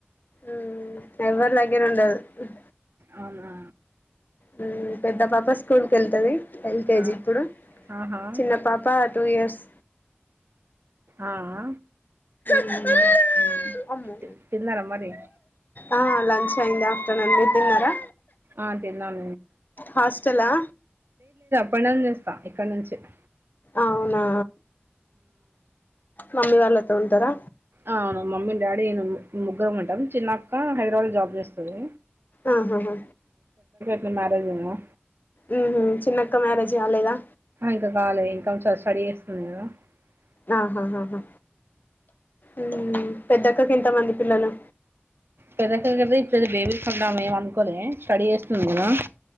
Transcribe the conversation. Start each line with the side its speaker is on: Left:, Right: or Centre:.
Left: మ్మ్ ఎవ్వరి దెగ్గర ఉండదు హ్మ్.
Right: అవునా
Left: హ్మ్ పెద్ద పాప స్కూల్ కు ‌ ఎళ్తది ఎల్‌కేజీ
Right: ఆ
Left: ఇప్పుడు
Right: ఆహా
Left: చిన్న పాప టూ ఇయర్స్
Right: ఆ ఆ
Left: మ్మ్
Right: మ్మ్
Left: అమ్మో
Right: తిన్నారా మరి
Left: ఆ లంచ్ అయ్యిందా <unintelligible> అందరూ తిన్నారా
Right: ఆ తిన్నాం
Left: హాస్టలా
Right: పనామె చేస్ కా ఇక్కడ నుంచి <inaudible>
Left: అవునా మమ్మీ వాళ్లతో ఉంటారా?
Right: ఆ అవును, మమ్మీ, డాడీ, నేను ముగ్గురం ఉంటం. చిన్న అక్కా హైదరాబాద్‌లో జాబ్ చేస్తదీ.
Left: ఆహా హా!
Right: మీ మ్యారేజ్ అయ్యిందా?
Left: ఊహూ. చిన్న అక్క మ్యారేజ్ కాలేదా?
Right: ఇంకా కాలే ఇంకా <unintelligible>
Left: ఆహా హా హా. ఉమ్ పెద్దక్కకి ఎంతమంది పిల్లలు.
Right: పెద్దక్క <unintelligible> ఇప్పుడేతే బేబీస్ కన్దాం ఏం అనుకోలే స్టడీ చేస్తుంది గదా.